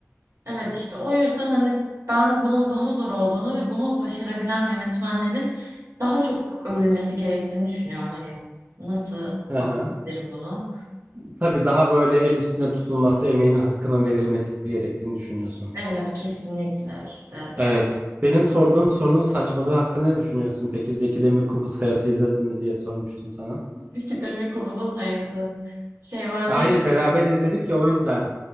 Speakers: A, on the right; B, on the right.
A: Evet işte o yüzden hani ben bunun daha zor olduğunu ve bunu başarabilen yönetmenlerin daha çok övülmesi gerektiğini düşünüyorum. Hani nasıl
B: Hı
A: anlatabilirim
B: hı.
A: bunu?
B: Tabii daha böyle el üstüne tutulması, emeğinin hakkının verilmesi gerektiğini düşünüyorsun.
A: Evet kesinlikle işte
B: Evet. Benim sorduğum sorunun saçmalığı hakkında ne düşünüyorsun? Peki Zeki Demirkubuz Hayatı izledin mi diye sormuştum sana.
A: Zeki Demirkubuz'un hayatı şey vardı
B: E, Hayır,
A: ya
B: beraber izledik ya o yüzden.